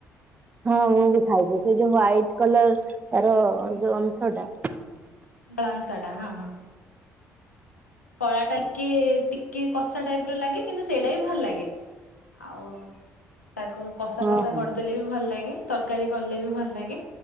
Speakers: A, on the right; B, on the left.
A: ହଁ ମୁଁ ବି ଖାଇଛି ସେ ଯୋଉ ହ୍ୱଵାଇଟ କଲର ତାର ଯୋଉ ଅଂଶ ଟା।
B: ପଳାନ ସାଟା ହଁ ହଁ। କଳା ଟା ଟିକେ ଟିକେ କଷା ଟାଇପ ର ଲାଗେ କିନ୍ତୁ ସେଇଟା ବି ଭଲ ଲାଗେ। ଆଉ ତାକୁ କଷା
A: ହଁ
B: ଫଷା
A: ହଁ
B: କରିଦେଲେ ବି ଭଲ ଲାଗେ। ତରକାରୀ କଲେ ବି ଭଲ ଲାଗେ